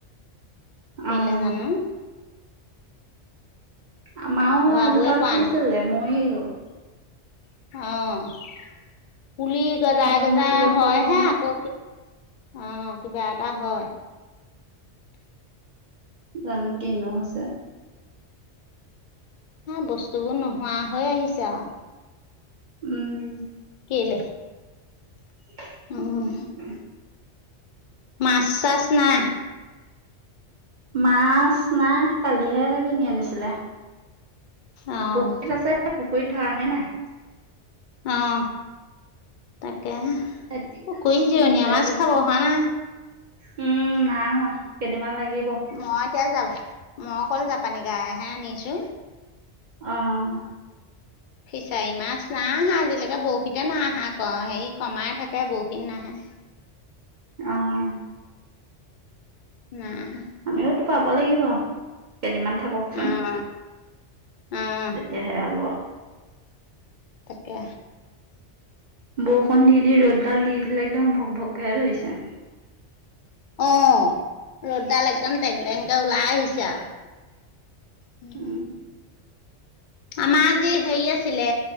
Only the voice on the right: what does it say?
অ',
আমাৰও
এজোপা
উঠিছিলে,
মৰি গ'ল।
মৰি
গুচি গ'ল
কিয়বা জানো।
জানো কিনো হৈছে।
উম।
<unintelligible>
মাছ নাই, কালিহে কিনি আনিছিলে,
পুখুৰীত আছে, পুখুৰীত ধৰা হে নাই।
এতিয়া
দিছে
বেছি
উম নাই হোৱা, কেইদিনমান লাগিব।
উম।
অ'।
আমিওতো পাব লাগিব, কেইদিনমান থাককচোন।
তেতিয়াহে হ'ব
বৰষুণ দি দি, ৰ'দডাল দি দিলে, একদম ভক ভকেহে ধৰিছে।
উম